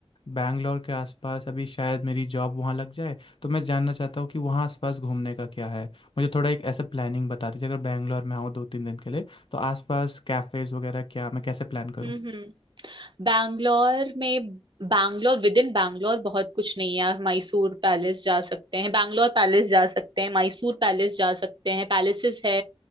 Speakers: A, on the left (about 55°); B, on the right (about 50°).
A: बैंगलोर के आसपास अभी शायद मेरी जॉब वहाँ लग जाए तो मैं जानना चाहता हूँ कि वहाँ आसपास घूमने का क्या है मुझे थोड़ा एक ऐसा प्लानिंग बता दीजिए अगर बैंगलोर में आऊँ दो तीन दिन के लिए तो आसपास कैफ़ेज़ वगैरह क्या मैं कैसे प्लान करूँ
B: हम्म हम्म बैंगलोर में बैंगलोर विद इन बैंगलोर बहुत कुछ नहीं है आप मैसूर पैलेस जा सकते हैं बैंगलोर पैलेस जा सकते हैं मैसूर पैलेस जा सकते हैं पैलेसेस है